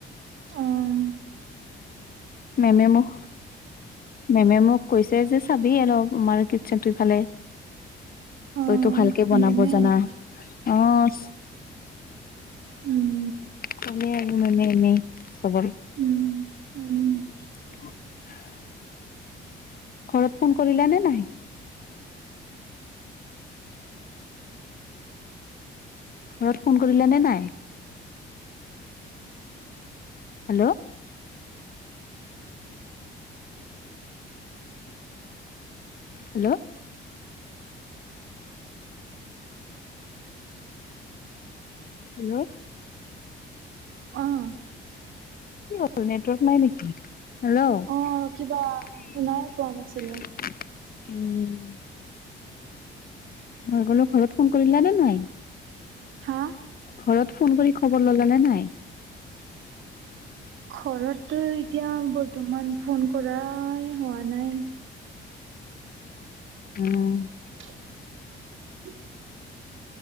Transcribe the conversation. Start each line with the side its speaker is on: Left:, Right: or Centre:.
Right: অহ,
Left: মেমে মখ মেমে মোক কৈছে যে চাবি অলপ আমাৰ কিটচেনটো ইফালে
Right: অ
Left: তইতো ভালকে বনাব
Right: মেমে
Left: জানা অ',
Right: উম
Left: কমে আমি মানে চবৰ,
Right: উম উম
Left: <inaudible> ঘৰতৰত ফোন কৰিলা নে নাই। ঘৰত ফোন কৰিলে নে নাই? হেল্ল' হেল্ল' হেল্ল',
Right: অহ,
Left: উ <inaudible> নেটৱৰ্ক
Right: অ কিবা
Left: নেকি
Right: শুনাই পোৱা নাছিলো।
Left: হেল্ল', উম, মই গলো ঘৰত ফোন কৰিলা নে নাই?
Right: হা
Left: ঘৰত ফোন কৰি খবৰ ললে নে নাই
Right: ঘৰতো এতিয়া বৰ্তমান ফোন কৰাই হোৱা নাই
Left: উম
Right: <inaudible>